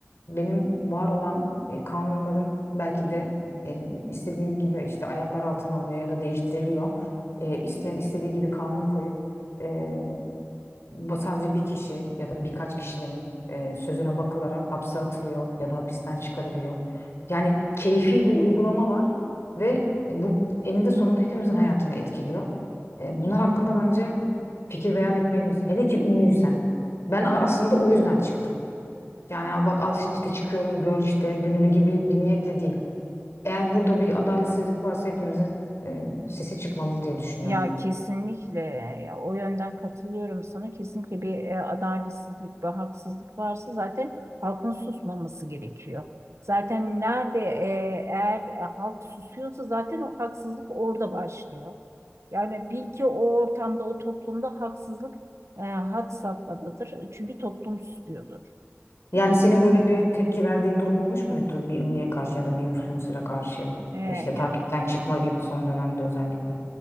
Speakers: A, on the left; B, on the right.
A: benim var olan e, kanunların belki de e, istediği gibi işte ayaklar altına alınıyor ya da değiştiriliyor. E, isteyen istediği gibi kanun koyup e, bu sadece bir kişi ya da birkaç kişilerin e, sözüne bakılarak hapse atılıyor ya da hapisten çıkarılıyor. Yani keyfi bir uygulama var ve bu eninde sonunda hepimizin hayatını etkiliyor. E, bunlar hakkında bence fikir beyan etmeliyiz. Hele ki ünlüysen. Ben a- aslında o yüzden çıktım. Yani "Aa, bak al şimdi işte çıkıyorum gör işte gününü gibi bir niyetle değil. Eğer burada bir adaletsizlik varsa hepimizin e, sesi çıkmalı diye düşünüyorum.
B: Ya kesinlikle ya o yönden katılıyorum sana. Kesinlikle bir e, adaletsizlik, bir haksızlık varsa zaten halkın susmaması gerekiyor. Zaten nerede e, eğer e, halk susuyorsa zaten o haksızlık orada başlıyor. Yani bil ki o ortamda, o toplumda haksızlık e, had safhadadır. Çünkü toplum susuyordur.
A: Yani senin böyle bir tepki verdiğin durum olmuş muydu bir ünlüye karşı ya da bir influencer'a karşı?
B: E,
A: e, İşte takipten
B: ya
A: çıkma gibi son dönemde özellikle.